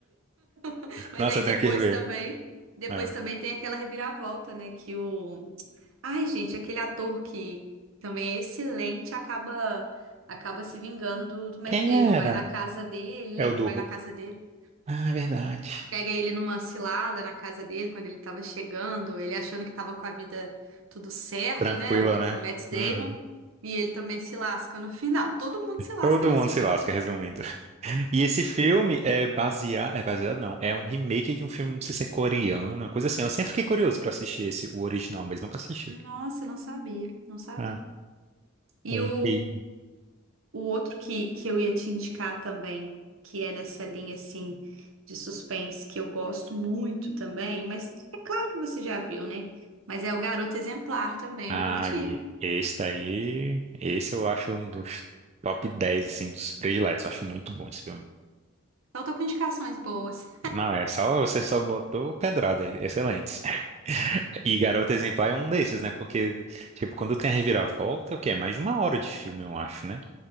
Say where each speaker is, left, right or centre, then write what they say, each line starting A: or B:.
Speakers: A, on the right; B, on the right.
A: <laughs> mas
B: Nossa,
A: aí
B: eu tenho
A: depois
B: que ver.
A: também, depois
B: É.
A: também tem aquela reviravolta, né, que o Ai, gente, aquele ator que também é excelente acaba acaba se vingando do, do Matt
B: Quem
A: Damon,
B: era?
A: vai na casa dele,
B: É
A: lembra?
B: o do.
A: Vai
B: Ru-
A: na casa dele.
B: Ah, é verdade.
A: pega ele numa cilada na casa dele quando ele tava chegando, ele achando que tava com a vida tudo certo,
B: Tranquila,
A: né? O
B: né?
A: Matt Damon.
B: Uhum.
A: E ele também se lasca no <laughs> final. Todo mundo se lasca
B: Todo
A: nesse
B: mundo se
A: filme.
B: lasca, resumindo. <laughs> E esse filme é baseado. É baseado, não. É um remake de um filme, não sei se é coreano, uma coisa assim. Eu sempre fiquei curioso pra assistir esse, o original, mas nunca assisti.
A: Nossa, não sabia, não sabia.
B: Ah,
A: E
B: um
A: o,
B: que.
A: o outro que, que eu ia te indicar também, que é nessa linha assim de suspense, que eu gosto muito também, mas é claro que você já viu, né? Mas é o Garoto Exemplar também,
B: Ah,
A: eu curti.
B: e esse daí. Esse eu acho um dos top 10 assim, dos prediletos. Eu acho muito bom esse filme.
A: Então, tô com indicações boas.
B: Não, é só você só botou pedrada aí, excelente. <laughs> E Garota Exemplar é um desses, né? Porque, tipo, quando tem a reviravolta, é o quê? É mais de uma hora de filme, eu acho, né?